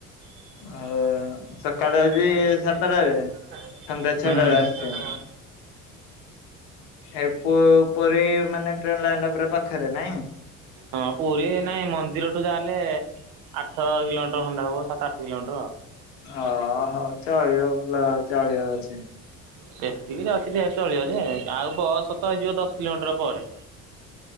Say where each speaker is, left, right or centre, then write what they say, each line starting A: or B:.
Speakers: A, on the right; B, on the left.
A: ଉଁ।
B: ଆଉ ସକାଳୁ ଆଜି ସାତଟାରେ ସନ୍ଧ୍ୟା ଛଅଟାରେ ଆସିଛି। ହେ ପୋ ପୁରୀ ମାନେ ଟ୍ରେନ ଲାଇନରା ପୁରା ପାଖରେ ନାଇଁ?
A: ହଁ ପୁରୀ ନାଇଁ ମନ୍ଦିରଠୁ ଯାହେଲେ ଆଠ କିଲୋମିଟର ଖଣ୍ଡେ ହବ ସାତ ଆଠ କିଲୋମିଟର।
B: ଅ ହ ଚଳିବ ପ ଚଳିବ ଅଛି।
A: ସେତିକିରେ ଅଛି ଯେହେତୁ ଚଳିବ ଯେ ଆଉ ବସ ତ ହେଇଯିବ ଦଶ କିଲୋମିଟର ପରେ।